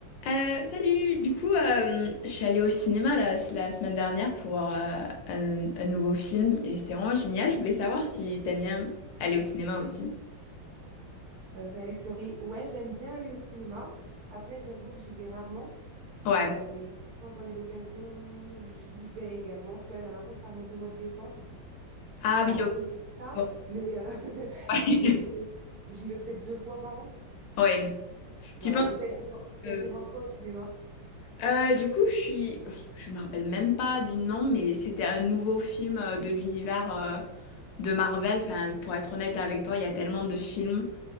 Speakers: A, on the left (about 75°); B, on the right (about 65°).
A: Euh, salut! Du coup, euh, je suis allée au cinéma la, la semaine dernière pour voir euh, un, un nouveau film et c'était vraiment génial. Je voulais savoir si t'aimes bien aller au cinéma aussi.
B: Euh, salut Florie. Ouais, j'aime bien aller au cinéma. Après, j'avoue que j'y vais rarement,
A: Ouais.
B: euh, mais quand j'en ai l'occasion, j'y vais également. Tu vois, la dernière fois, ça remonte au mois de décembre.
A: Ah
B: C'est pas
A: oui,
B: si
A: ok.
B: ça,
A: Ouais.
B: mais, euh, <laughs>
A: <laughs>
B: mais j'y vais peut-être deux fois par an.
A: Ouais.
B: Voilà.
A: Tu penses
B: Et t'as été, vo-
A: que...
B: t'as été voir quoi au cinéma?
A: Euh, du coup, je suis... Je me rappelle même pas du nom, mais c'était un nouveau film euh, de l'univers euh, de Marvel. Enfin, pour être honnête avec toi, il y a tellement de films